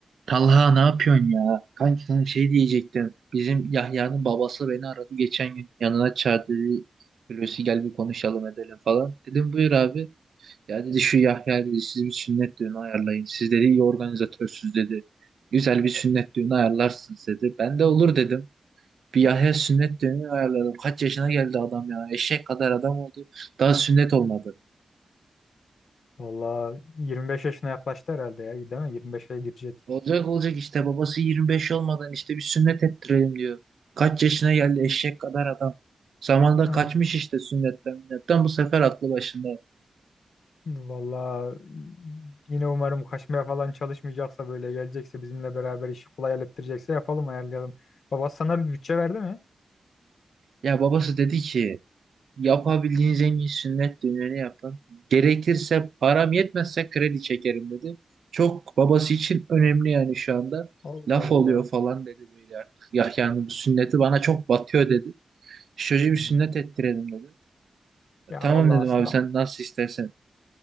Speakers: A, on the right; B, on the left.
A: Talha ne yapıyorsun ya? Kanki sana şey diyecektim. Bizim Yahya'nın babası beni aradı geçen gün. Yanına çağırdı. dedi, Hulusi gel bir konuşalım edelim falan. Dedim buyur abi. Ya dedi şu Yahya dedi siz bir sünnet düğünü ayarlayın. Siz dedi iyi organizatörsüz dedi. Güzel bir sünnet düğünü ayarlarsınız dedi. Ben de olur dedim. Bir Yahya sünnet düğünü ayarladım. Kaç yaşına geldi adam ya. Eşek kadar adam oldu. Daha sünnet olmadı.
B: Valla 25 yaşına yaklaştı herhalde ya. Değil mi? 25'e girecek.
A: Olacak olacak işte babası 25 olmadan işte bir sünnet ettirelim diyor. Kaç yaşına geldi eşek kadar adam. Zamanında
B: Hı.
A: kaçmış işte sünnetten minnetten bu sefer aklı başında.
B: Valla yine umarım kaçmaya falan çalışmayacaksa böyle gelecekse bizimle beraber işi kolay hallettirecekse yapalım ayarlayalım. Baba sana bir bütçe verdi mi?
A: Ya babası dedi ki yapabildiğiniz en iyi sünnet düğünü yapın. Gerekirse param yetmezse kredi çekerim dedi. Çok babası için önemli yani şu anda.
B: Allah
A: Laf
B: Allah.
A: oluyor falan dedi böyle artık. Ya yani bu sünneti bana çok batıyor dedi. Çocuğu bir
B: Hmm.
A: sünnet ettirelim dedi.
B: Ya
A: Tamam
B: valla
A: dedim
B: aslında
A: abi sen nasıl istersen.